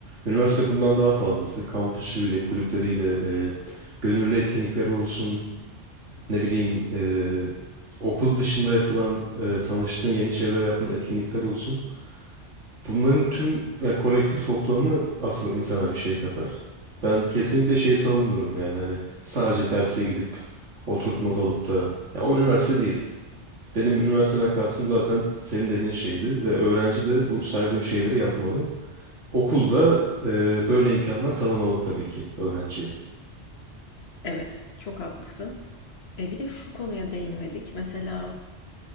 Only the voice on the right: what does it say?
Üniversite bundan daha fazlası. Kampüsüyle, kulüpleriyle, e, gönüllü etkinlikleri olsun. ne bileyim eee, okul dışında yapılan eee, tanıştığın yeni çevreler yaptığın etkinlikler olsun. Bunların tüm ya, kolektif toplamı asıl insana bir şey katar. Ben kesinlikle şeyi savunmuyorum yani hani sadece derse gidip oturup not alıp da ya o üniversite değil. Benim üniversiteden kastım zaten senin dediğin şeydi ve öğrenci de bu saydığım şeyleri yapmalı. Okulda eee, böyle imkanlar tanımalı tabii ki öğrenciye.